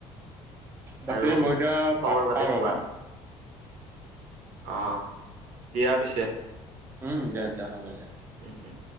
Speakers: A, on the right; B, on the right.
A: বাকী
B: আৰু
A: মই এতিয়া
B: খবৰ
A: ভাত
B: পাতি
A: খাওঁ
B: তোমাৰ
A: ৰবা
B: অ দিয়া পিছে
A: উম দিয়া দিয়া হ'ব দিয়া
B: উম উম